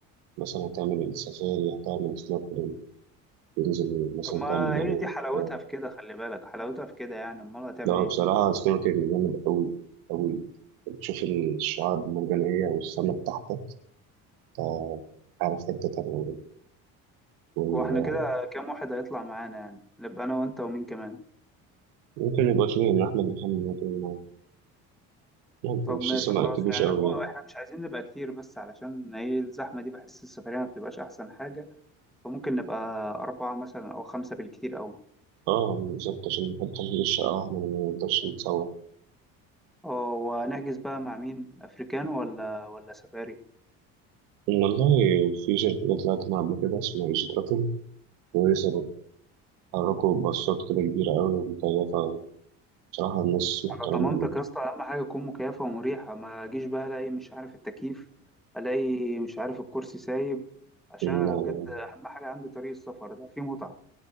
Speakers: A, on the right; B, in the centre.
A: مثلا هتعمل السفاري هتعمل سنوركلينج تنزل مثلا
B: طب ما
A: تعمل دايفنج
B: هي دي حلاوتها
A: بتاع.
B: في كده خلي بالك حلاوتها في كده يعني أمال هتعمل
A: لا
B: إيه؟
A: بصراحة سنوركلينج جامد أوي أوي بتشوف الشعاب المرجانية والسمك تحتك أنت عارف حتة تانية بجد. وال-
B: هو احنا كده كام واحد هيطلع معانا يعني نبقى انا وانت ومين كمان
A: ممكن يبقى فيه إن أحمد محمد ممكن يلعب ممكن
B: طب
A: مش
B: ماشي
A: لسه ما
B: خلاص
A: أكدوش
B: يعني
A: أوي
B: مو-
A: يعني
B: احنا مش عايزين نبقى كتير بس علشان ايه الزحمة دي بحس السفرية ما بتبقاش احسن حاجة فممكن نبقى اربعة مثلا او خمسة بالكتير اوي
A: اه بالظبط عشان نحط تمهيد الشقة واحنا ما نقدرش نتسوح
B: اه وهنحجز بقى مع مين افريكان ولا ولا سفاري
A: إن والله في شركة جت طلعت معاها قبل كده اسمها إيجي ترافل كويسة برضه حركوا باصات كده كبيرة أوي ومكيفة أوي. بصراحة الناس محترمين
B: على ضمانتك
A: يعني.
B: يا اسطى اهم حاجة تكون مكيفة ومريحة ما اجيش بقى الاقي مش عارف التكييف الاقي مش عارف الكرسي سايب عشان
A: لا
B: أنا
A: لا
B: بجد اهم حاجة عندي طريق السفر ده فيه متعة